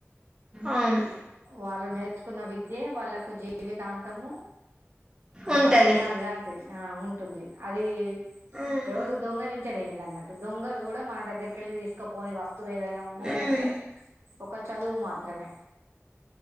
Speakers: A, on the right; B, on the right.
A: అవును
B: వాళ్ళు నేర్చుకున్న విద్యే వాళ్ళలకు జీవితాంతము ఒక
A: ఉంటది
B: పునాది లాంటిది ఆ ఉంటుంది అది
A: ఉమ్,
B: ఎవరు దొంగలించలేనింది అన్నట్టు దొంగలు కూడా మన దగ్గరికెళ్ళి తీసుకపోని వస్తువు ఏదైన్ ఉన్నది
A: ఉమ్.
B: అంటే ఒక చదువు మాత్రమే